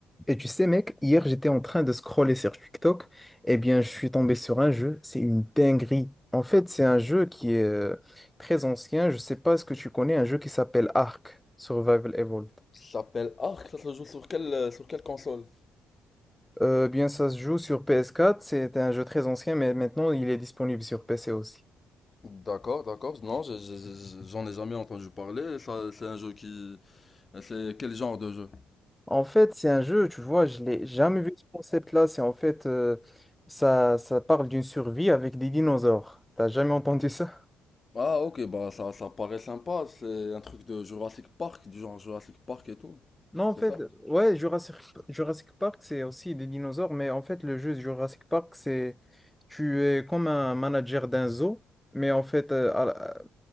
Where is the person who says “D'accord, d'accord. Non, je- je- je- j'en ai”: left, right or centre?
Left